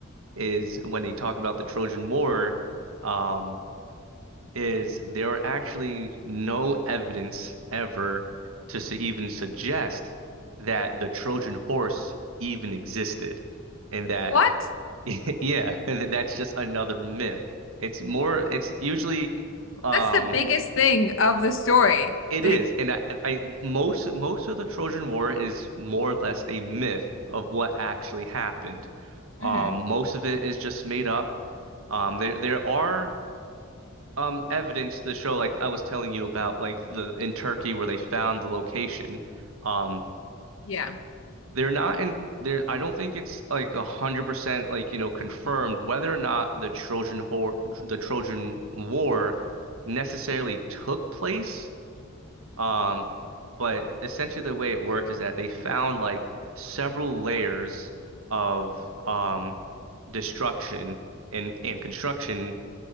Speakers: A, on the right; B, on the left.
A: is when they talk about the Trojan War, um, is there are actually no evidence ever to s even suggest that the Trojan horse even existed, and that
B: What?
A: <laughs> yeah, <laughs> that's just another myth. It's more. It's usually, um,
B: That's the biggest thing of the story.
A: it
B: Like,
A: is, and I, I most most of the Trojan War is more or less a myth of what actually happened.
B: hmm
A: Um, most of it is just made up. Um, there there are um evidence to show like I was telling you about like the in Turkey where they found the location. Um
B: Yeah.
A: they're not in there I don't think it's like a hundred percent like you know confirmed whether or not the Trojan Hor the Trojan War necessarily took place. Um but essentially the way it worked is that they found like several layers of um destruction and and construction